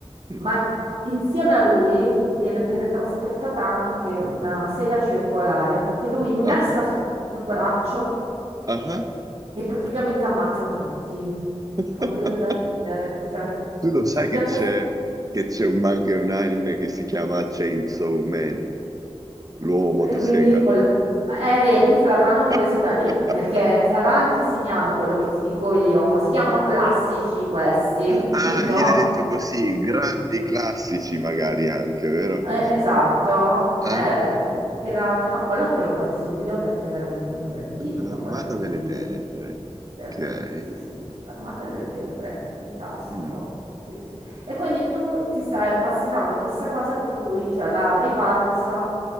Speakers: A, on the right; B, on the right.
A: Mm.
B: ma insieme a lui viene teletrasportata anche una sega circolare che lui innesta
A: Ah,
B: sul sul braccio
A: ah.
B: e praticamente ammazza tutti.
A: <laughs>
B: Fa morire da ridere. Cioè,
A: Tu lo sai
B: se ti piace
A: che c'è che c'è un manga e un anime che si chiama Chainsaw Man, l'uomo motosega.
B: E quindi col... Eh, vedi, se l'avranno preso
A: <laughs>
B: da lì, perché sarà anche signano quello che ti dico io, ma si chiamano classici questi, <laughs> capito?
A: Ah, viene detto così, grandi classici magari anche, vero?
B: Eh, esatto.
A: Ah,
B: Eh, beh, te la... te- no, quello te lo consiglio perché è veramente un bel film,
A: l'Armata
B: a parte tutte
A: delle
B: divertenti.
A: Tenebre. Ok.
B: Sì, sì, Armata delle Tenebre, fantastico.
A: Mm.
B: Sì, sì. E quindi tu ti stai appassionando a questa cosa per cui c'è la rivalsa